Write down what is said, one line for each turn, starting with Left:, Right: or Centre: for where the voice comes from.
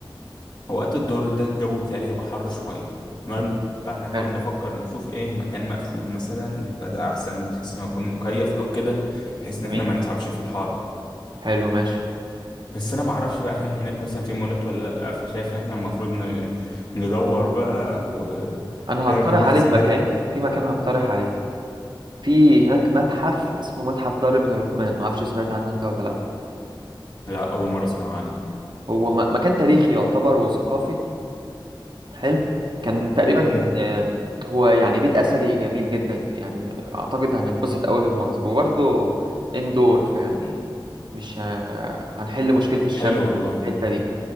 Left: هو وقت الدور ده الجو بتاعي هيبقى حر شوية تمام
Right: مم.
Left: فاحنا نحاول
Right: حلو
Left: نفكر نشوف ايه مكان مقفول مثلا يبقى ده احسن بحيث انه يكون مكيف او كده بحيث
Right: جميل
Left: ان احنا ما نتعبش في الحر
Right: حلو ماشي
Left: بس انا ما اعرفش بقى هل هناك مثلا في مولات ولا لا فشايف ان احنا المفروض ن- ندور بقى او آه،
Right: انا
Left: نعمل
Right: هقترح
Left: بحث
Right: عليك
Left: كده
Right: مكان في مكان هقترح عليك في هناك متحف اسمه متحف دار ابن لقمان ما اعرفش سمعت عنه انت ولا لا
Left: لا اول مرة اسمع عنه
Right: هو م- مكان تاريخي يعتبر وثقافي حلو كان تقريبا
Left: مم.
Right: آم، هو يعني بيت اثري جميل جدا يعني اعتقد هننبسط قوي بالمنظر وبرضه اندور فيعني مش ه- هنحل مشكلة الشمس
Left: حلو
Right: في
Left: والله
Right: الحتة